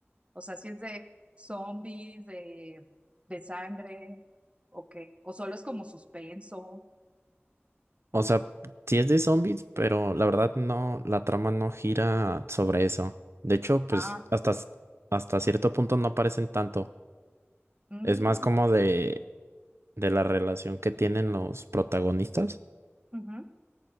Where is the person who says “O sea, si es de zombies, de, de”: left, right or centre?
Right